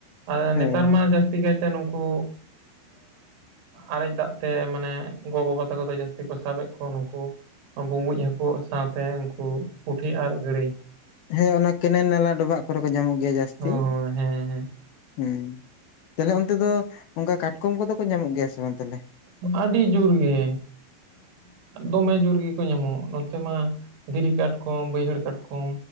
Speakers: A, on the right; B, on the left.
A: ᱟᱨ
B: ᱦᱮᱸ
A: ᱱᱮᱛᱟᱨ ᱢᱟ ᱡᱟᱹᱥᱛᱤ ᱠᱟᱭᱛᱮ ᱛᱮ ᱱᱩᱝᱠᱩ ᱟᱨᱮᱡ ᱫᱟᱜ ᱛᱮ ᱢᱟᱱᱮ ᱜᱚ ᱵᱟᱵᱟ ᱛᱟᱠᱚ ᱫᱚ ᱡᱟᱹᱥᱛᱤ ᱠᱚ ᱥᱟᱵ ᱮᱫ ᱠᱚ ᱱᱩᱝᱠᱩ ᱵᱩᱸᱵᱩᱡ ᱦᱟᱹᱠᱩ ᱥᱟᱶᱛᱮ ᱩᱱᱠᱩ, ᱯᱩᱴᱷᱤ ᱟᱨ ᱜᱲᱟᱹᱭ᱾
B: ᱦᱮᱸ ᱚᱱᱟ ᱠᱮᱱᱮᱞ ᱱᱟᱞᱟ ᱰᱚᱵᱷᱟᱜ ᱠᱚᱨᱮ ᱠᱚ ᱧᱟᱢᱚᱜ ᱜᱮᱭᱟ ᱡᱟᱹᱥᱛᱤ᱾
A: ᱚ ᱦᱳᱭ ᱦᱮᱸ ᱦᱮᱸ
B: ᱦᱮᱸ ᱛᱮᱞᱦᱮ ᱚᱱᱛᱮ ᱫᱚ ᱚᱝᱠᱟ ᱠᱟᱴᱠᱚᱢ ᱠᱚᱫᱚ ᱠᱚ ᱧᱟᱢᱚᱜ ᱜᱮᱭᱟ ᱥᱮ ᱵᱟᱝ ᱛᱟᱦᱞᱮ?
A: ᱟᱹᱰᱤ ᱡᱳᱨ ᱜᱮ ᱫᱚᱢᱮ ᱡᱳᱨ ᱜᱮᱠᱚ ᱧᱟᱢᱚᱜ ᱱᱚᱱᱛᱮ ᱢᱟ ᱫᱷᱤᱨᱤ ᱠᱟᱴᱠᱚᱢ, ᱵᱟᱹᱭᱦᱟᱹᱲ ᱠᱟᱴᱠᱚᱢ,